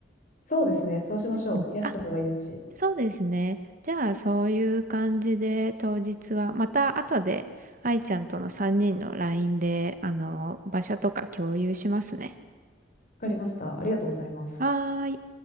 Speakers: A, on the left; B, on the right.
A: そうですね。そうしましょう。
B: うんうん。
A: 冷やした方がいいですし。
B: あ、
A: わ
B: そうですね。じゃあそういう感じで当日はまた後で愛ちゃんとの3人の LINE であの場所とか共有しますね。
A: かりました。ありがとうございます。
B: はーい。